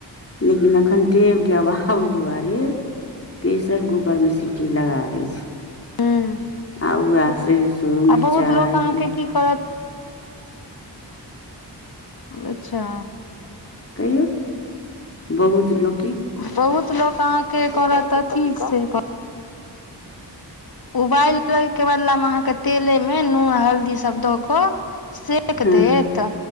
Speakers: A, on the left (about 35°); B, on the left (about 55°).
A: लेकिन एखन टेम के अभाव दुआरे प्रेशर कूकर मे सीटी लगा दैत छैय।
B: हूँ
A: आव व्याह सेरसों मिरचाई
B: आ बहुत लोक अहाँके
A: पे
B: की करत अच्छा
A: कहियौ बहुत लोक
B: बहुत लोक अहाँके करत अथि से उबालिके बदलामे अहाँके तेलेमे नून हल्दी सब दऽ कऽ सेक
A: हाँ।
B: देत।